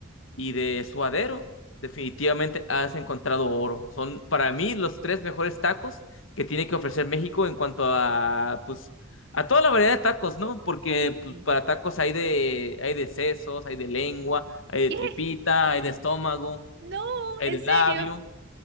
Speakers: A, on the left (about 80°); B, on the right (about 60°).
A: y de suadero, definitivamente has encontrado oro. Son para mí los tres mejores tacos que tiene que ofrecer México en cuanto a, pues, a toda la variedad de tacos, ¿no? Porque pues,
B: ¿Qué?
A: para tacos hay de, hay de sesos, hay de lengua, hay de
B: ¿Qué?
A: tripita,
B: <laughs>
A: hay de estómago,
B: No,
A: hay
B: ¿en
A: de
B: serio?
A: labio.